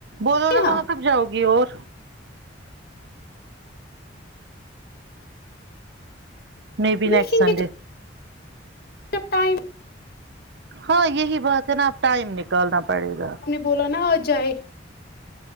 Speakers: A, on the right; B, on the left.
A: بولو نا
B: یہاں
A: وہاں کب جاؤ گی اور میں بی
B: دیکھیں
A: نیکسٹ سنڈے
B: گے جب ٹائم
A: ہاں یہی بات ہے نا اب ٹائم نکالنا پڑے گا
B: بول نا اجائے